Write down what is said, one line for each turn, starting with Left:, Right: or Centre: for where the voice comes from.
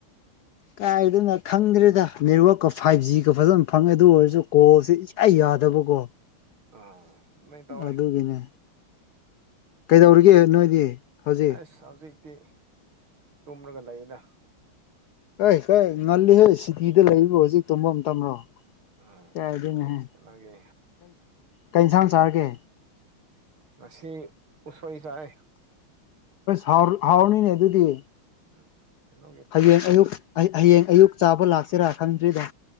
Left: ꯀꯥꯏꯗꯅ ꯈꯪꯗ꯭ꯔꯦꯗ ꯅꯦꯠꯋꯛꯀ ꯐꯥꯏꯚ ꯖꯤꯒ ꯐꯖꯅ ꯐꯪꯉꯦ ꯑꯗꯨ ꯑꯣꯏꯔꯁꯨ ꯀꯣꯜꯁꯦ ꯏ ꯌꯥꯗꯕꯀꯣ
Right: ꯑꯥ ꯅꯣꯏ ꯇꯧꯋꯦ
Left: ꯑꯗꯨꯒꯤꯅꯦ ꯀꯩꯗꯧꯔꯤꯒꯦ ꯅꯣꯏꯗꯤ ꯍꯧꯖꯤꯛ
Right: ꯑꯦ ꯁꯖꯤ ꯇꯤ ꯇꯨꯝꯔꯒ ꯂꯩꯩꯅ
Left: ꯀꯩ ꯀꯩ ꯉꯜꯂꯤꯍꯦ ꯁꯤꯇꯤꯗ ꯂꯩꯔꯤꯕꯣ ꯍꯧꯖꯤꯛ ꯇꯨꯝꯐꯝ ꯑꯃ ꯇ꯭ꯔꯣ
Right: ꯎꯝ
Left: ꯀꯌꯥꯗꯣꯏꯅꯦꯍꯦ
Right: ꯀꯩꯅꯣꯒꯤ
Left: ꯀꯩꯁꯥꯡꯝ ꯆꯥꯔꯒꯦ
Right: ꯃꯁꯤꯁꯤ ꯎꯁꯣꯏ ꯆꯏ
Left: ꯍ ꯍꯥꯎꯔꯅꯤꯅꯦ ꯑꯗꯨꯗꯤ
Right: ꯎꯝ ꯀꯩꯅꯣꯒꯤ
Left: ꯍꯌꯦꯡ ꯑꯌꯨꯛ ꯍꯌꯦꯡ ꯑꯌꯨꯛ ꯆꯥꯕ ꯂꯥꯛꯁꯤꯔꯥ ꯈꯪꯗ꯭ꯔꯤꯗ